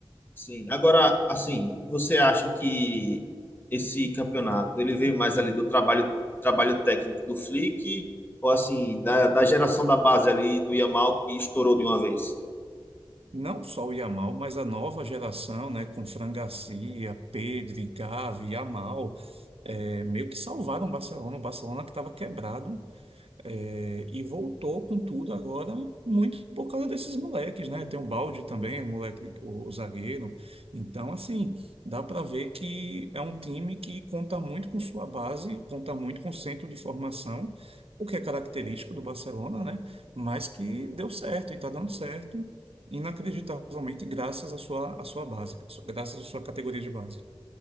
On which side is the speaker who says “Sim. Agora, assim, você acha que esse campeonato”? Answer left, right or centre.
Left